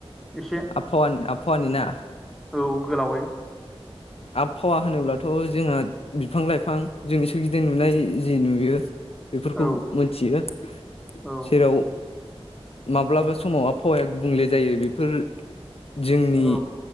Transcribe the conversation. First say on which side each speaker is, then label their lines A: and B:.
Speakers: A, in the centre; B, on the left.
A: एसे
B: आबहावानि आबहावानि ना
A: औ गोलावै
B: आबहावा होनोब्लाथ' जोंहा बिफां लाइफां जोंनि सोरगिदिं नुनाय जि नुयो बेफोरखौ
A: औ
B: मोनथियो
A: औ
B: जेराव माब्लाबा समाव आबहावाया गुबुंले जायो बेफोर जोंनि
A: औ